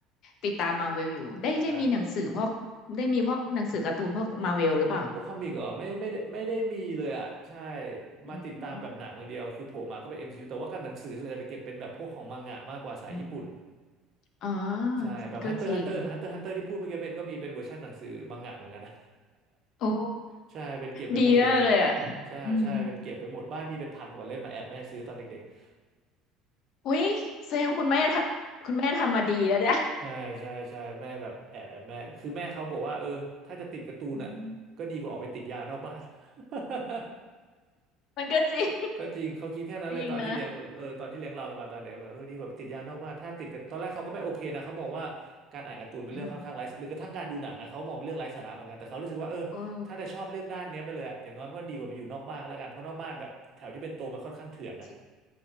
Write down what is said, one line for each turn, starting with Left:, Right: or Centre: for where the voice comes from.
Left: ติดตามมาเวลอยู่ได้ได้มีหนังสือพวกได้มีพวกหนังสือการ์ตูนพวกมาเวลหรือเปล่า
Right: ใช่พวกคอมิกเหรอไม่ไม่ได้ไม่ได้มีเลยอ่ะใช่
Left: อืม
Right: มาติดตามแบบหนังอย่างเดียวคือโผล่มาก็เป็น MCU แต่ว่ากับหนังสือส่วนใหญ่จะเก็บเป็นแบบพวกของมังงะมากกว่าสายญี่ปุ่น
Left: อืมอ๋อ
Right: ใช่แบบ
Left: ก็จริง
Right: Hunter Hunter Hunter Hunter ที่พูดเมื่อกี้เบนก็มีเป็นเวอร์ชันหนังสือมังงะเหมือนกันนะ
Left: โอ้
Right: <laughs> ใช่เป็นเก็บไว้หมดเลย
Left: ดีมากเลยอ่ะ
Right: ใช่ใช่เป็นเก็บไปหมดบ้านมีเป็นพันกว่าเล่มมาแอบแม่ซื้อตอนเด็กๆ
Left: อืมอุ้ยแสดงคุณแม่ทำคุณแม่ทำมาดีแล้วเนี่ย
Right: <laughs> ใช่ใช่ใช่แม่แบบแอบแอบแม่คือแม่เขาบอกว่าเออถ้าจะติดการ์ตูนอ่ะก็ดีกว่าออกไปติดยานอกบ้าน
Left: อืม
Right: <laughs>
Left: มันก็จริง
Right: ก็จริงเขาคิดแค่นั้นเลยตอนที่เลี้ยงเออตอนที่เลี้ยงเรามาตอนเด็กแบบเออดีกว่าไปติดยานอกบ้านถ้าติดกับตอนแรกเขาก็ไม่โอเคนะเขามองว่าการอ่านการ์ตูนเป็นเรื่องค่อนข้างไร้สาระหรือกระทั่งการดูหนังอะเขามองเป็นเรื่องไร้สาระเหมือนกันแต่เขารู้สึกว่าเออถ้าจะชอบเรื่องด้านเนี้ยไปเลยอะอย่างน้อยมันก็ดีกว่าไปอยู่นอกบ้านก็แล้วกันเพราะนอกบ้านแบบแถวที่เป็นโตมันค่อนข้างเถื่อนนะ
Left: จริงนะอืมโอ้จริง